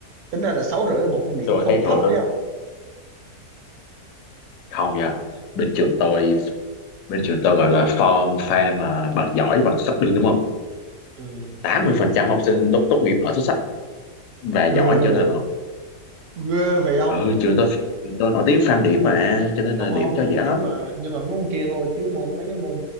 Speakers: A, on the right; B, on the left.
A: tính ra là sáu rưỡi là một con điểm
B: tôi
A: không
B: thấy rồi
A: thấp
B: đó
A: đấy không
B: không nha bên trường tôi bên trường tôi gọi là form fam mà bằng giỏi bằng xuất sắc đi đúng không
A: ừ.
B: 80% học sinh tốt, tốt nghiệp loại xuất sắc và giỏi
A: ghê
B: trở
A: vậy
B: lên
A: không
B: không
A: ghê vậy ông
B: ừ trường tôi trường tôi nổi tiếng farm điểm mà cho nên
A: không
B: là điểm
A: ông
B: cho dễ
A: nhưng
B: lắm
A: mà nhưng mà mấy môn kia thôi chứ môn mấy cái môn